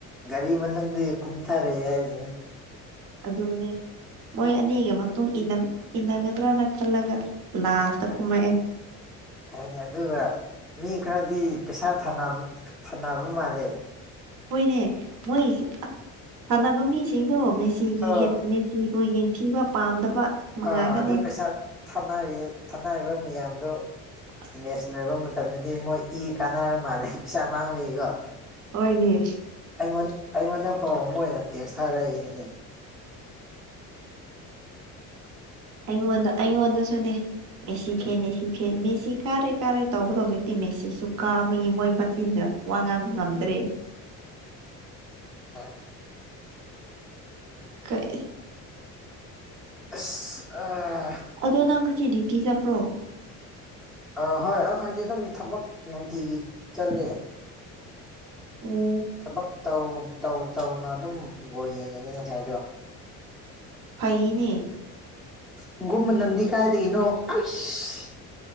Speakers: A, in the centre; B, on the right (about 65°).
A: ꯒꯥꯔꯤ ꯃꯅꯨꯡꯗꯤ ꯀꯨꯝꯊꯔꯛꯑꯦ ꯍꯥꯏꯖꯤꯅꯤ
B: ꯑꯗꯨꯅꯦ ꯃꯣꯏ ꯑꯅꯤꯒꯤ ꯃꯇꯨꯡ ꯏꯅꯞ ꯏꯟꯅꯒꯗ꯭ꯔꯅ ꯈꯜꯂꯒ ꯂꯥꯁꯇ
A: ꯍꯥꯏ
B: ꯀꯨꯝꯃꯛꯑꯦ
A: ꯍꯥꯏꯅꯦ ꯑꯗꯨꯒ ꯃꯤ ꯈꯔꯗꯤ ꯄꯩꯁꯥ ꯊꯥꯅꯞ ꯊꯥꯟꯅꯕ ꯃꯥꯜꯂꯦ
B: ꯍꯣꯏꯅꯦ ꯃꯣꯏꯒꯤꯁꯦ ꯊꯥꯟꯅꯕ ꯃꯤꯁꯤꯡꯗꯣ ꯃꯦꯁꯤꯒꯤ
A: ꯑ
B: ꯍꯦꯠ ꯃꯦꯁꯤꯕꯨ ꯌꯦꯡꯊꯤꯕ ꯄꯥꯝꯗꯕ ꯃꯉꯥꯛꯇꯅꯦ
A: ꯑꯥ ꯑꯗꯨ ꯄꯩꯁꯥ ꯊꯥꯅꯔꯤꯌꯦ ꯊꯥꯅꯔꯤꯕ ꯃꯤꯌꯥꯝꯗꯨ
B: ꯑꯁ
A: ꯃꯦꯠꯁ ꯂꯣꯏꯕ ꯃꯇꯝꯗꯗꯤ ꯃꯣꯏ ꯏ ꯀꯥꯟꯅꯔ ꯃꯥꯜꯂꯦ ꯄꯩꯁꯥ ꯃꯥꯡꯕꯒꯤꯀꯣ
B: ꯑꯣꯏꯅꯦ
A: ꯑꯩꯉꯣꯟ ꯑꯩꯉꯣꯟꯗ ꯐꯥꯎ ꯃꯣꯏꯅ ꯇꯦꯛꯁ ꯊꯥꯔꯛꯏꯅꯤꯅꯦ
B: ꯑꯩꯉꯣꯟꯗ ꯑꯩꯉꯣꯟꯗꯁꯨꯅꯦ ꯃꯦꯁꯤ
A: ꯎꯝ
B: ꯐꯦꯟ ꯃꯦꯁꯤ ꯐꯦꯟ ꯃꯦꯁꯤ ꯀꯥꯔꯦ ꯀꯥꯔꯦ ꯇꯧꯕꯒꯗ ꯍꯧꯖꯤꯛꯇꯤ ꯃꯦꯁꯤꯁꯨ ꯀꯥꯕꯒꯤ ꯃꯣꯏ ꯃꯆꯤꯟꯗꯨꯅ ꯋꯥ ꯉꯥꯡꯕ ꯉꯝꯗ꯭ꯔꯦ
A: ꯍꯣꯏ
B: <unintelligible>
A: ꯑꯁ ꯑ
B: ꯑꯗꯣ ꯅꯪ ꯉꯁꯤ ꯗ꯭ꯌꯨꯇꯤ ꯆꯠꯕ꯭ꯔꯣ
A: ꯑ ꯍꯣꯏ ꯑꯩꯈꯣꯏꯗꯤ ꯑꯗꯨꯝ ꯊꯕꯛ ꯅꯨꯡꯇꯤꯒꯤ ꯆꯠꯂꯦ
B: ꯑꯣ
A: ꯊꯕꯛ ꯇꯧ ꯇꯧꯅ ꯑꯗꯨꯝ ꯕꯣꯜ ꯌꯦꯡꯉꯤꯅꯦ ꯉꯁꯥꯏꯗꯣ
B: ꯐꯩꯌꯦꯅꯦ
A: ꯍꯪꯒꯨꯝ ꯃꯅꯝꯗꯤ ꯀꯥꯏꯗꯒꯤꯅꯣ ꯑꯁ